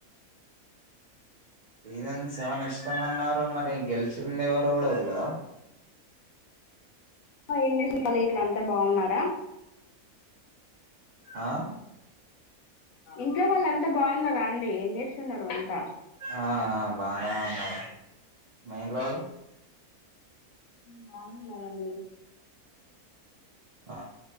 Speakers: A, on the right; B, on the left.
A: పనెన్స్ ఏమన్ ఇష్టమ అన్నారు మరి గెలిచింది ఎవరు కూడా తెలీదా
B: ఇంగ్లీష్ కాల ఇట్ల అంతా బాగున్నారా
A: ఆ
B: ఇంట్లో వాళ్ళు అంతా బాగున్నారా అండి ఏం చేస్తున్నారు అంతా
A: ఆ ఆ, బానే ఉన్నారు మీ ఇంటి వాళ్ళు
B: బానే ఉన్నారంండి
A: ఆ